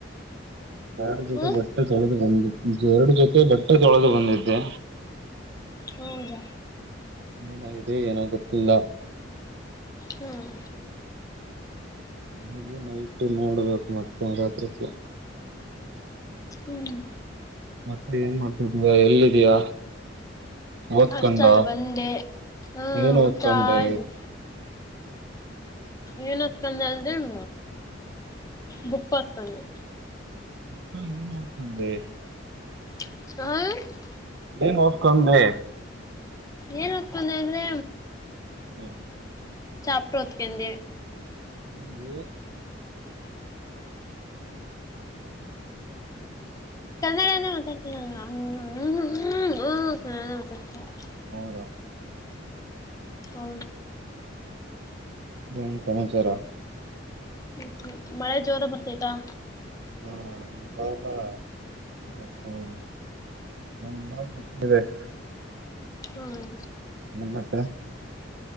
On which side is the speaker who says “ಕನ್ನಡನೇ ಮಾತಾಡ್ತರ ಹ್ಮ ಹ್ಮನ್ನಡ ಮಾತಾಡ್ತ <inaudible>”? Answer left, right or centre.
Left